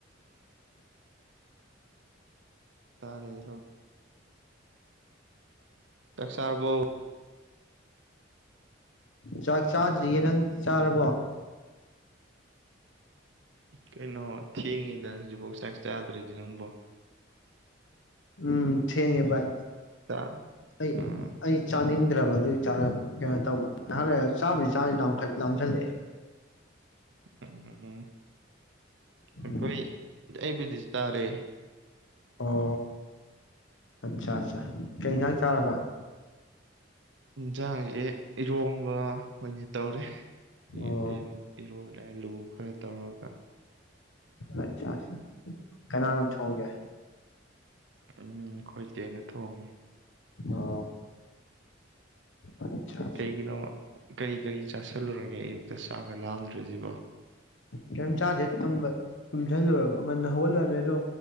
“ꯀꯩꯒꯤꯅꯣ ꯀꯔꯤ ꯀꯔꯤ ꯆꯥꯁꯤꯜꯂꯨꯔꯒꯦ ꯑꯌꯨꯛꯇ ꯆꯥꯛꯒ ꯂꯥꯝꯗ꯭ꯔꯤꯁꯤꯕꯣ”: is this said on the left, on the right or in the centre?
Right